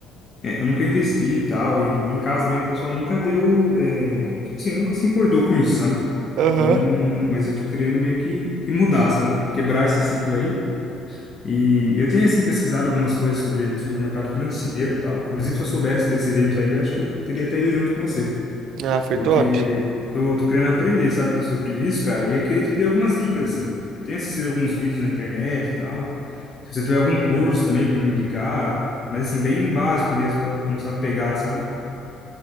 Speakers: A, on the left; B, on the right.
A: É, eu nunca investi e tal, e em casa também o pessoal nunca deu, é, tipo assim, nunca se importou com isso, sabe?
B: Aham.
A: Então, mas eu tô querendo meio que, que mudar, sabe? Quebrar esse ciclo aí. E eu tenho, assim, pesquisado algumas coisas sobre, sobre o mercado financeiro e tal. Inclusive, se eu soubesse desse evento aí, eu acho que eu teria até ido junto com você
B: Ah, foi
A: porque
B: top.
A: tô, tô querendo aprender, sabe, sobre isso, cara. E eu queria te pedir algumas dicas, assim. Eu tenho assistido alguns vídeos na internet e tal. Se você tiver algum curso também para me indicar, mas assim, bem básico mesmo, para eu começar a pegar, sabe?